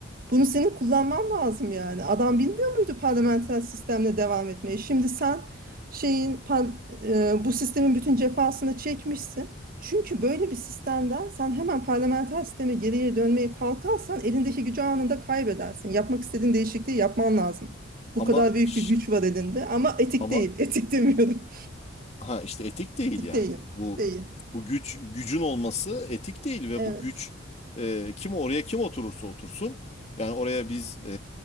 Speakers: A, on the right; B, on the left.
A: Bunu senin kullanman lazım yani. Adam bilmiyor muydu parlamenter sistemle devam etmeyi? Şimdi sen şeyin par- e, bu sistemin bütün cefasını çekmişsin. Çünkü böyle bir sistemden sen hemen parlamenter sisteme geriye dönmeye kalkarsan elindeki gücü anında kaybedersin. Yapmak istediğin değişikliği yapman lazım. Bu
B: Ama
A: kadar büyük
B: şş,
A: bir güç var elinde ama etik
B: ama
A: değil. <laughs> Etik demiyorum.
B: Ha işte etik değil
A: Etik
B: yani.
A: değil.
B: Bu
A: Değil.
B: bu güç gücün olması etik değil ve
A: Evet.
B: bu güç e, kim oraya kim oturursa otursun yani oraya biz e,